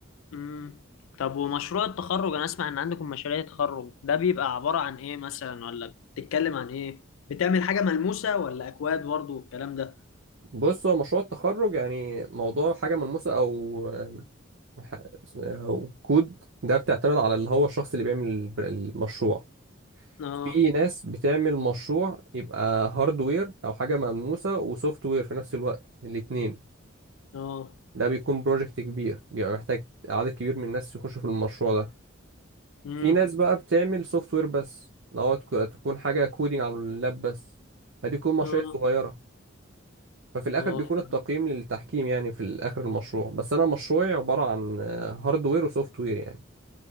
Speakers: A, on the left; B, on the right.
A: امم طب ومشروع التخرج انا اسمع ان عندكم مشاريع تخرج ده بيبقى عبارة عن ايه مثلا ولا بتتكلم عن ايه بتعمل حاجة ملموسة ولا اكواد برضه والكلام ده
B: بص هو مشروع التخرج يعني موضوع حاجة ملموسة أو آه، ح- أو كود ده بتعتمد على اللي هو الشخص اللي بيعمل الب- المشروع
A: اه
B: في ناس بتعمل مشروع يبقى هاردوير أو حاجة ملموسة وسوفت وير في نفس الوقت الاتنين
A: اه
B: ده بيكون بروجكت كبير بيبقى محتاج عدد كبير من الناس يخشوا في المشروع ده
A: امم
B: في ناس بقى بتعمل سوفت وير بس لو تك- تكون حاجة كودينج على اللاب بس فدي تكون مشاريع
A: اه
B: صغيرة ففي الآخر
A: اه
B: بيكون
A: فاهم
B: التقييم للتحكيم يعني في الآخر المشروع بس أنا مشروعي عبارة عن هاردوير وسوفت وير يعني